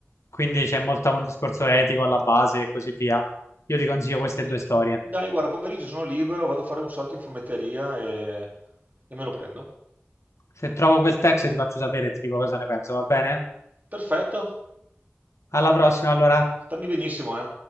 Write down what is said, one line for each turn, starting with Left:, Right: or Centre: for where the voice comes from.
Left: Quindi c'è molto un discorso etico alla base e così via. Io ti consiglio queste due storie.
Right: Dai, guarda, pomeriggio sono libero, vado a fare un salto in fumetteria e, e me lo prendo.
Left: Se trovo quel text ti faccio sapere e ti dico cosa ne penso, va bene?
Right: Perfetto.
Left: Alla prossima, allora.
Right: Stammi benissimo, eh.